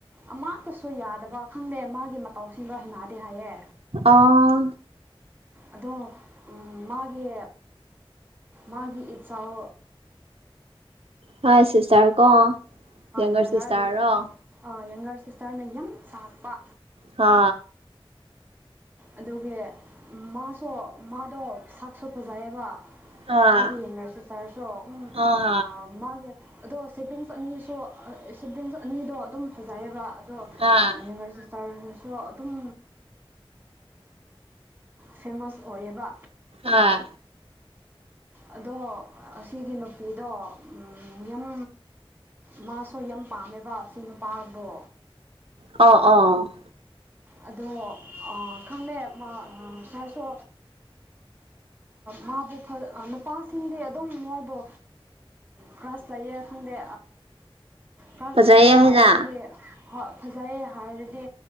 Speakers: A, on the right (about 20°); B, on the right (about 85°).
A: ꯑꯃꯀꯁꯨ ꯌꯥꯗꯕ ꯈꯪꯗꯦ ꯃꯥꯒꯤ ꯃꯇꯥꯎꯁꯤꯡꯗ ꯍꯩꯩꯅꯗꯦ ꯍꯥꯏꯌꯦ
B: ꯑꯥ
A: ꯑꯗꯣ ꯃꯥꯒꯤ ꯃꯥꯒꯤ ꯏꯆꯥꯎ
B: ꯍꯣꯏ ꯁꯤꯁꯇꯔ ꯀꯣ ꯌꯪꯒꯔ
A: ꯍꯥꯏꯕ
B: ꯁꯤꯁꯇꯔꯔꯣ
A: <unintelligible> ꯁꯤꯁꯇꯔꯅ ꯌꯨꯝ ꯁꯥꯥꯛꯄ
B: ꯍ
A: ꯑꯗꯨꯒꯤ ꯃꯥꯁꯨ ꯃꯥꯗꯣ ꯁꯛꯁꯨ ꯐꯖꯩꯑꯕ
B: ꯍꯣꯏ
A: ꯃꯥꯒꯤ ꯌꯦꯡꯅꯔꯁꯤ ꯁꯥꯔꯁꯨ ꯎꯝ
B: ꯍꯣꯏ
A: ꯑ ꯃꯥꯒꯤ ꯑꯗꯣ ꯁꯤꯕ꯭ꯂꯤꯡꯁ ꯑꯅꯤꯁꯨ ꯁꯤꯕ꯭ꯂꯤꯡꯁ ꯑꯅꯤꯗꯣ ꯑꯗꯨꯝ ꯐꯖꯩꯌꯦꯕ ꯑꯗꯣ
B: ꯍꯣꯏ ꯍꯣꯏ
A: ꯌꯦꯡꯒꯔ ꯆꯥꯛ ꯆꯥꯔꯅꯁꯨ ꯑꯗꯨꯝ ꯐꯦꯃꯁ ꯑꯣꯏꯌꯦꯕ
B: ꯑꯥ
A: ꯑꯗꯣ ꯑꯁꯤꯒꯤ ꯅꯨꯄꯤꯗꯣ ꯌꯨꯝ ꯃꯥ ꯍꯣꯏ ꯌꯥꯝ ꯄꯥꯝꯃꯦꯕ ꯑꯁꯤ ꯅꯨꯄꯥꯕꯣ
B: ꯑ ꯑ
A: ꯑꯗꯣ ꯈꯪꯉꯦ ꯁꯥꯔꯁꯨ ꯃꯥꯕꯨ ꯅꯨꯄꯥꯁꯤꯡꯗꯤ ꯑꯗꯨꯝ ꯃꯣꯏꯕꯨ ꯀ꯭ꯔꯁ ꯂꯩꯌꯦ ꯈꯪꯗꯦ ꯐꯥꯁ
B: ꯐꯖꯩꯌꯦ
A: ꯂꯩꯌꯦꯦ ꯍꯥꯏꯔꯗꯤ
B: ꯍꯥꯏꯅ
A: ꯐꯖꯩꯦ ꯍꯥꯏꯔꯗꯤ